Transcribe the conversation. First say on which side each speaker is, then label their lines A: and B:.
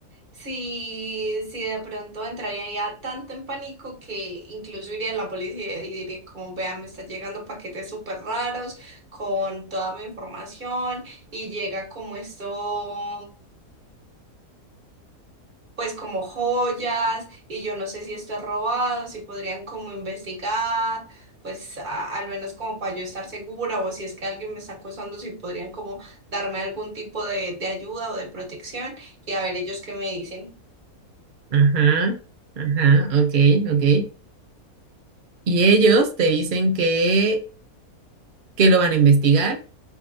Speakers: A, on the right; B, on the right.
A: si, si de pronto entraría ya tanto en pánico que incluso iría a la policía y diría, como vea, me están llegando paquetes súper raros con toda mi información y llega como esto pues como joyas y yo no sé si esto es robado, si podrían como investigar, pues a- al menos como para yo estar segura o si es que alguien me está acosando, si podrían como darme algún tipo de, de ayuda o de protección y a ver ellos qué me dicen.
B: Ajá, ajá, ok, ok. Y ellos te dicen que, que lo van a investigar